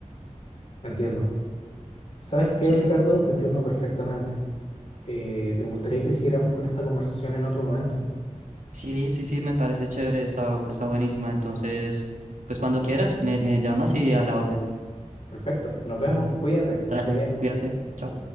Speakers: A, on the left; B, on the right.
A: entiendo. ¿Sabes qué,
B: Sí,
A: Ricardo? Te entiendo perfectamente. Eh, ¿te gustaría que siguiéramos con esta conversación en otro momento?
B: sí, sí, sí, me parece chévere, está, está buenísima, entonces, pues cuando quieras, me, me llamas y a la orden.
A: Perfecto, nos vemos, cuídate,
B: Dale,
A: que estés bien.
B: cuídate, chao.